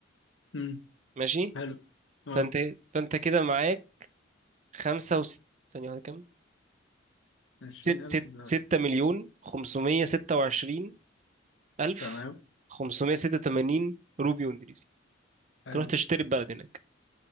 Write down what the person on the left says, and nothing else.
امم
حلو اه
20000
ده
تمام
حلو